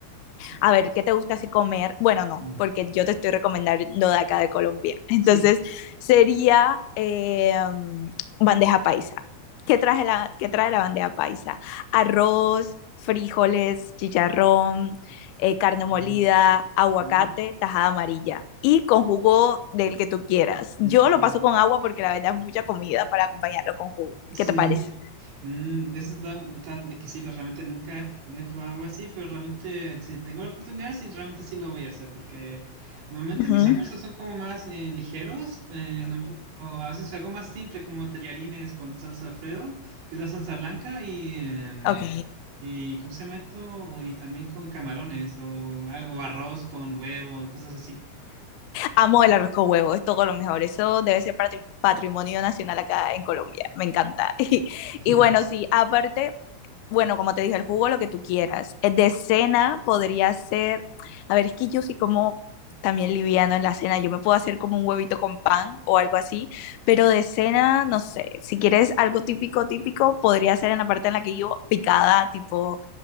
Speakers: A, on the right; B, on the left.
A: Sí,
B: a ver, ¿qué te gusta así comer? Bueno, no,
A: mm,
B: porque yo te estoy recomendando de acá de Colombia. <laughs> Entonces,
A: sí.
B: sería eh, bandeja paisa. ¿Qué, trae la, ¿Qué trae la bandeja paisa? Arroz, frijoles, chicharrón, eh, carne
A: mm,
B: molida, aguacate,
A: mm.
B: tajada amarilla y con jugo del que tú quieras.
A: Mm,
B: Yo
A: Sí,
B: lo paso con agua porque la verdad es mucha comida para acompañarlo con jugo.
A: sí.
B: ¿Qué te parece?
A: Mm, eso está, está exquisito, realmente nunca he, he probado algo así, pero realmente si tengo la oportunidad, sí, realmente sí lo voy a hacer, porque normalmente
B: Ujú,
A: mis almuerzos son como más eh, ligeros, eh, no- o a veces algo más simple como tallarines con salsa Alfredo, que es la salsa blanca, y, em,
B: Ok.
A: y ¿cómo se llama esto? Y también con camarones, o, algo arroz con huevo, cosas así.
B: Amo el arroz con huevo, es todo lo mejor. Eso debe ser patri- patrimonio nacional acá en Colombia. Me encanta. <laughs> Y,
A: <laughs>
B: y bueno, sí, aparte, bueno, como te dije, el jugo, lo que tú quieras. Eh, De cena podría ser, a ver, es que yo sí como también liviano en la cena, yo me puedo hacer como un huevito con pan o algo así, pero de cena, no sé, si quieres algo típico, típico, podría ser en la parte en la que yo picada, tipo...